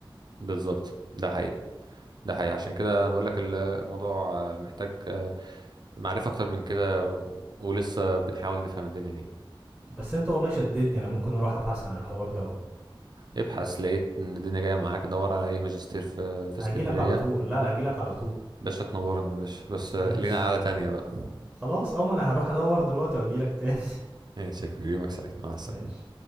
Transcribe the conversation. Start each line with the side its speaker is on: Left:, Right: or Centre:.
Right: بالظبط ده حقيقي ده حقيقي عشان كده بقول لك ال- الموضوع آه، محتاج آه، معرفه اكتر من كده و- ولسه بنحاول نفهم الدنيا دي
Centre: بس أنت والله شددني أنا ممكن أروح أبحث عن الحوار ده
Right: ابحث لقيت ان الدنيا جايه معاك دور على اي ماجستير في في اسكندريه
Centre: هجيلك على طول لا هجيلك على طول
Right: باشا تنورنا يا باشا بس آه،
Centre: ماشي
Right: لينا قعده تانية بقى
Centre: خلاص أه ما أنا هروح أدور دلوقتي وأجيلك تاني
Right: ماشي يا كبير يومك سعيد
Centre: <laughs>
Right: مع السلامه
Centre: ماشي